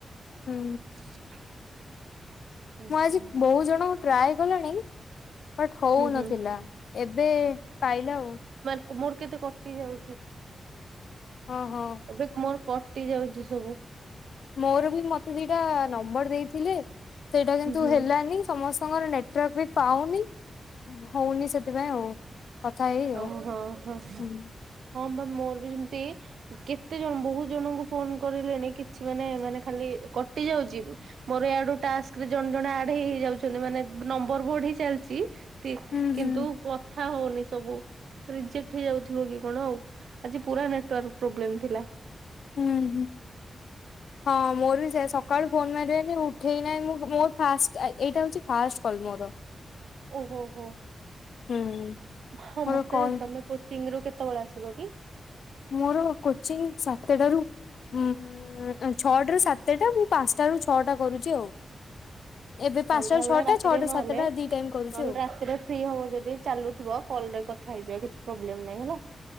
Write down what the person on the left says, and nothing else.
ହୁଁ।
ମୁଁ ଆଜି
ବହୁ ଜଣଙ୍କୁ ଟ୍ରାଏ କଲିଣି ବଟ୍ ହଉନଥିଲା,
ଏବେ ପାଇଲା ଆଉ।
ହୋ, ହୋ।
ମୋର ବି ମୋତେ ଦିଟା ନମ୍ବର୍ ଦେଇଥିଲେ, ସେଇଟା କିନ୍ତୁ
ହେଲାନି। ସମସ୍ତଙ୍କର ନେଟୱାର୍କ ବି ପାଉନି, ହଉନି ସେଥିପାଇଁ ଆଉ। କଥା ହେଇ
ଆଉ
ହୁଁ,।
ହୁଁ
ହୁଁ
ଅ, ହଁ। ହଁ ମୋର ବି ସେୟା ସକାଳୁ ଫୋନ୍ ମାରିବେନି ଉଠେଇ ନାଇ ମୁଁ, ମୋର ଫାଷ୍ଟ ଆଏ, ଏଇଟା ହଉଛି ଫାଷ୍ଟ କଲ୍ ମୋର। <inaudible>
ହୁଁ।
ମୋର
କଲ
ମୋର କୋଚିଂ ସାତଟାରୁ ଉଁ, ଅଁ, ଛଅଟାରୁୁ ସାତଟା ମୁଁ ପାନ୍ସଟା ରୁ ଛଅଟା କରୁଛି ଆଉ। ଏବେ ପାଞ୍ଚଟାରୁ
ଛଅଟା
ଛଅଟାରୁ
ସାତଟା ଦି ଟାଇମ କରୁଛି
ଆଉ